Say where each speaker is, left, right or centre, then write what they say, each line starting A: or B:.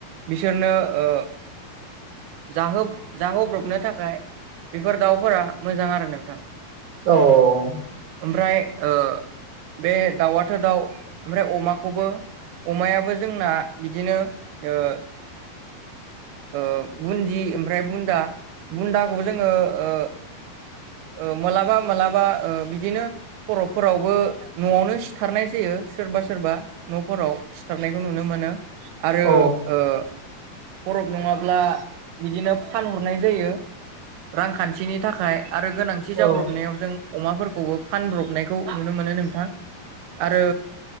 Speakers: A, on the right; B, on the right.
A: बिसोरनो ओ जाहोब-जाहोब्रबनो थाखाय बेफोर दाउफोरा मोजां आरो नोंथां
B: औ औ औ
A: फ्राय ओ बे दाउआथ दाउ ओमफ्राय अमाखौबो अमायाबो जोंना बिदिनो ओ ओ बुन्दि ओमफ्राय बुन्दा बुन्दाखौ जोङो ओ ओ मोलाबा मालाबा ओ बिदिनो खरफोरावबो नआवनो सिथारनाय जायो सोरबा सोरबा नफोराव सिथारनायखौ नुनो मोनो। आरो
B: औ
A: ओ फरफ नङाब्ला बिदिनो फानहरनाय जायो रांखान्थिनि थाखाय आरो गोनांथि
B: औ
A: जाब्रबनायाव जों अमाफोरखौबो फानब्रबनायखौ नुनो मोनो नोंथां आरो